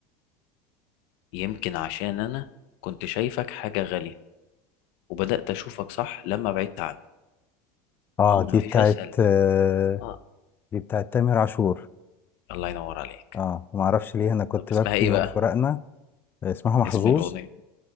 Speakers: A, on the left (about 65°); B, on the left (about 25°).
A: يمكن عشان انا كنت شايفك حاجة غالية وبدأت اشوفك صح لما بعدت عني
B: اه
A: اظن
B: دي
A: مفيش
B: بتاعت
A: اسهل
B: آه
A: اه
B: دي بتاعت تامر عاشور
A: الله ينور عليك
B: اه وما اعرفش ليه انا كنت
A: طب اسمها
B: ببكي
A: ايه
B: يوم
A: بقى
B: فراقنا آه، اسمها محظوظ
A: اسم الاغنية